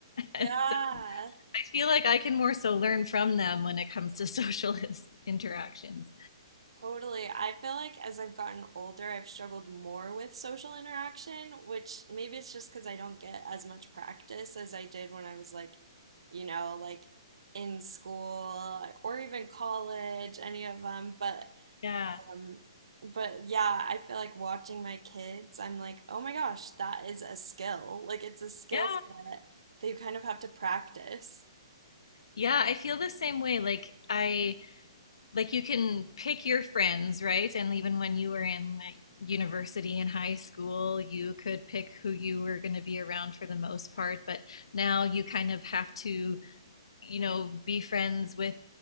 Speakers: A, on the left; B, on the right.
A: And
B: Yeah.
A: so I feel like I can more so learn from them when it comes to social <laughs> interactions.
B: Totally. I feel like as I've gotten older, I've struggled more with social interaction, which maybe it's just because I don't get as much practice as I did when I was like, you know, like in school or even college, any of them. But
A: Yeah.
B: um, but yeah, I feel like watching my kids, I'm like, oh my gosh, that is a skill. Like it's a skill
A: Yeah.
B: set that you kind of have to practice.
A: Yeah, I feel the same way. Like I like you can pick your friends, right? And even when you were in like, university and high school, you could pick who you were going to be around for the most part, but now you kind of have to, you know, be friends with